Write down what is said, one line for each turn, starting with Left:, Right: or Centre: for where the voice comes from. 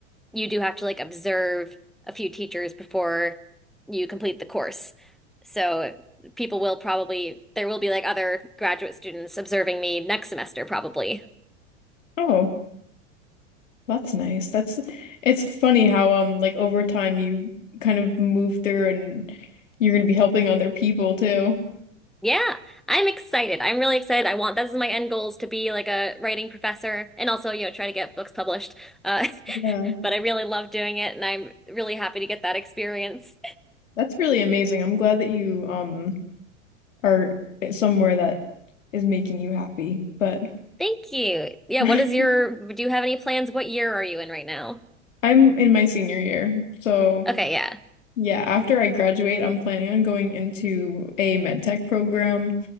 Centre: you do have to like observe a few teachers before you complete the course. So people will probably, there will be like other graduate students observing me next semester probably.
Left: Oh. That's nice. That's it's funny how um like over time you kind of move through and you're gonna be helping other people too.
Centre: Yeah, I'm excited. I'm really excited. I want, this is my end goals to be like a writing professor and also, you know, try to get books published. Uh,
Left: Yeah.
Centre: <laughs> but I really love doing it and I'm really happy to get that experience.
Left: That's really amazing. I'm glad that you um are somewhere that is making you happy. But
Centre: <laughs> Thank you. Yeah,
Left: <laughs>
Centre: what is your, do you have any plans? What year are you in right now?
Left: I'm in my senior year, so
Centre: Okay, yeah.
Left: Yeah, after I graduate, I'm planning on going into a med tech program.